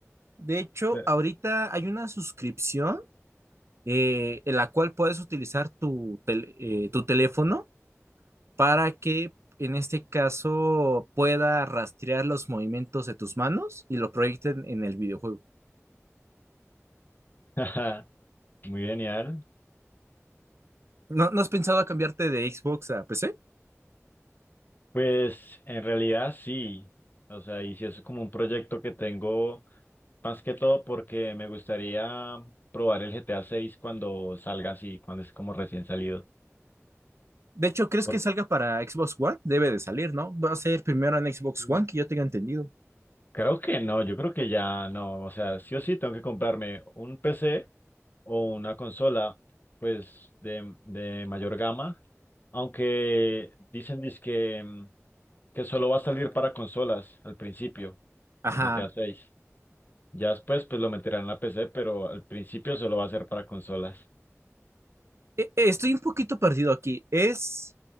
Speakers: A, on the right (about 60°); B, on the left (about 40°).
A: de hecho,
B: eh,
A: ahorita hay una suscripción eh, en la cual puedes utilizar tu, tel- eh, tu teléfono para que, en este caso, pueda rastrear los movimientos de tus manos y lo proyecten en el videojuego.
B: <laughs> muy genial.
A: ¿No, no has pensado a cambiarte de Xbox a PC?
B: Pues en realidad sí. O sea, y si es como un proyecto que tengo más que todo porque me gustaría probar el GTA seis cuando salga así, cuando es como recién salido.
A: De hecho, ¿crees
B: Por-
A: que salga para Xbox One? Debe de salir, ¿no? Va a ser primero en Xbox
B: mm,
A: One, que yo tenga entendido.
B: Creo que no, yo creo que ya no. O sea, sí o sí tengo que comprarme un PC o una consola, pues de, de mayor gama. Aunque dicen que que solo va a salir para consolas al principio,
A: Ajá.
B: el GTA seis Ya después pues lo meterán en la PC, pero al principio solo va a ser para consolas.
A: E- e- estoy un poquito perdido aquí. ¿Es